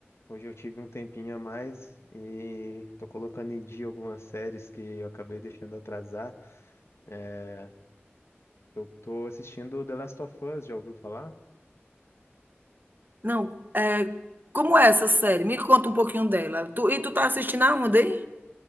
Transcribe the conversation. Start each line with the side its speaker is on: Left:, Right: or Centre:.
Left: hoje eu tive um tempinho a mais e tô colocando em dia algumas séries que eu acabei deixando atrasar. É, Eu tô assistindo The Last of Us, já ouviu falar?
Right: Não, é, como é essa série? Me conta um pouquinho dela. Tu- e tu tá assistindo aonde, hein?